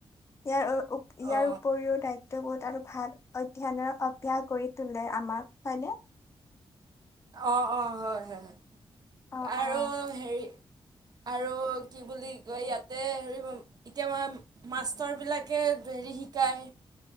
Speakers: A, on the left; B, on the right.
A: ইয়াৰো ইয়াৰ
B: অ
A: উপৰিও দায়িত্ব টো আৰু ভাল অধয়নৰ অভ্যয়াস গ তোলে আমাক হয়নে।
B: অ', অ', হয়, হয়।
A: অ
B: আৰু
A: অ
B: হেৰি আৰু কি বুলি কয়, ইয়াতে হে এতিয়া ম মাষ্টৰ বিলাকে হেৰি শিকায়,